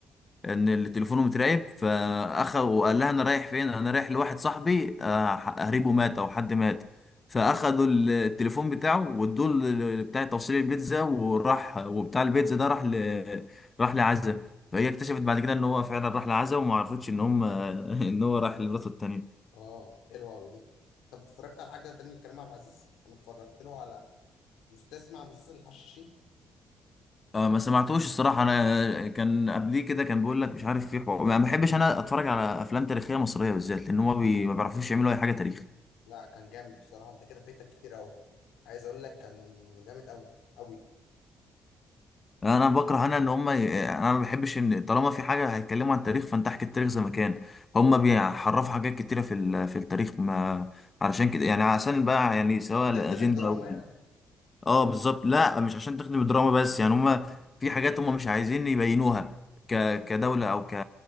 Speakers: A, on the left; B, on the left.
A: ان اللي تليفونه متراقب فاخذ وقال لها انا رايح فين انا رايح لواحد صاحبي آه، قريبه مات او حد مات فاخدوا ال- التليفون بتاعه وادوه ل- بتاع توصيل البيتزا وراح وبتاع البيتزا ده راح ل... راح لعزة فهي اكتشفت بعد كده ان هو فعلا راح لعزة وما عرفتش ان هم <laughs> ان هو راح لمراته التانية
B: اه حلوه قوي دي طب اتفرجت على حاجه تانية لكريم عبد العزيز انا اتفرجت له على مستسمع مسلسل الحشاشين
A: اه ما سمعتوش الصراحة انا كان قبليه كده كان بيقول لك مش عارف في حوار ما بحبش انا اتفرج على افلام تاريخية مصرية بالذات لان هم بي... ما بيعرفوش يعملوا اي حاجة تاريخي
B: لا كان جامد بصراحه انت كده فايتك كتير قوي عايز اقول لك كان جامد قوي قوي
A: يعني انا بكره انا ان هم ي- يعني انا ما بحبش ان طالما في حاجة هيتكلموا عن التاريخ فانت احكي التاريخ زي ما كان هم بيحرفوا حاجات كتيرة في ال... في التاريخ ما علشان كده يعني عشان بقى يعني سواء
B: عشان تخدم
A: الاجندة
B: الدراما
A: او
B: يعني
A: اه بالظبط لا مش عشان تخدم الدراما بس يعني هما في حاجات هما مش عايزين يبينوها ك كدولة او ك